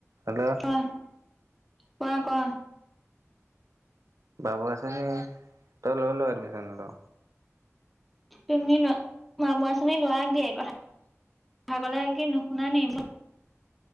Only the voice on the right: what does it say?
Hello
বাবু আছেনে? তই লৈ ল এডমিছন টো